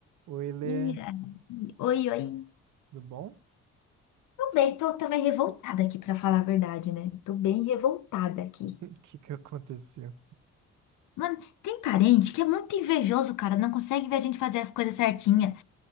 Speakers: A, on the right; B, on the left.
A: Oi, Lê,
B: E aí, oi, oi.
A: tudo bom? <laughs>
B: Tô bem, tô também revoltada aqui, pra falar a verdade, né? Tô bem revoltada aqui.
A: O que que aconteceu? O
B: Mano, tem parente que é muito invejoso, cara. Não consegue ver a gente fazer as coisas certinha.